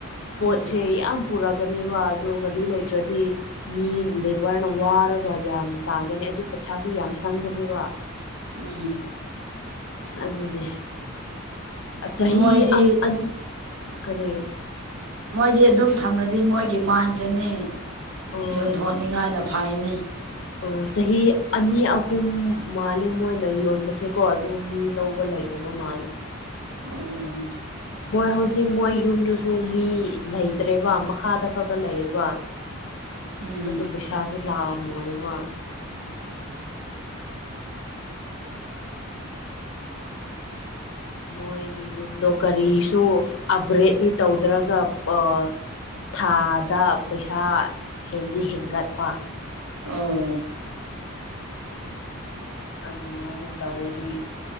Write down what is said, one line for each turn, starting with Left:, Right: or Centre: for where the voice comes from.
Left: ꯄꯣꯠꯁꯦ
Right: ꯎꯝ
Left: ꯌꯥꯝ ꯄꯨꯔꯒꯅꯦꯕ ꯑꯗꯣ ꯒꯥꯔꯤ ꯂꯩꯇ꯭ꯔꯗꯤ ꯃꯤ ꯂꯦꯕꯔꯅ ꯋꯥꯔꯒ ꯌꯥꯝ ꯇꯥꯒꯅꯤ ꯑꯗꯨ ꯄꯩꯁꯥꯁꯨ ꯌꯥꯝ ꯆꯪꯒꯅꯦꯕ
Right: ꯎꯝ
Left: ꯑꯗꯨꯅꯦ ꯆꯍꯤ
Right: ꯃꯣꯏꯗꯤ
Left: ꯑꯃ ꯑꯟ ꯀꯔꯤ
Right: ꯃꯣꯏꯗꯤ ꯑꯗꯨꯝ ꯊꯝꯂꯗꯤ ꯃꯣꯏꯒꯤ ꯃꯥꯡꯗ꯭ꯔꯦꯅꯦ
Left: ꯑꯣ
Right: ꯌꯣꯟꯊꯣꯛꯅꯤꯡꯉꯥꯏꯅ ꯐꯩꯅꯦ
Left: ꯑꯣ ꯆꯍꯤ ꯑꯅꯤ ꯑꯍꯨꯝ ꯃꯥꯜꯂꯦ ꯃꯣꯏꯅ ꯌꯣꯟꯕꯁꯦꯀꯣ ꯑꯗꯨ ꯃꯤ ꯂꯧꯕ ꯂꯩ ꯃꯥꯜꯦ
Right: ꯎꯝ
Left: ꯃꯣꯏ ꯍꯧꯖꯤꯛ ꯃꯣꯏ ꯌꯨꯝꯗꯨꯁꯨ ꯃꯤ ꯂꯩꯇ꯭ꯔꯦꯕ ꯃꯈꯥꯗ ꯈꯛꯇ ꯂꯩꯌꯦꯕ
Right: ꯎꯝ
Left: ꯑꯗꯣ ꯄꯩꯁꯥꯁꯨ ꯂꯥꯛꯑꯝꯃꯣꯏꯕ ꯃꯣꯏꯒꯤ ꯌꯨꯝꯗꯣ ꯀꯔꯤꯁꯨ ꯑꯞꯒ꯭ꯔꯦꯗꯇꯤ ꯇꯧꯗ꯭ꯔꯒ ꯑꯥ ꯊꯥꯗ ꯄꯩꯁꯥ ꯍꯦꯟꯗꯤ ꯍꯦꯟꯒꯠꯄ
Right: ꯑꯣ
Left: ꯑꯗꯨꯃꯥꯏꯅ ꯇꯧꯔꯗꯤ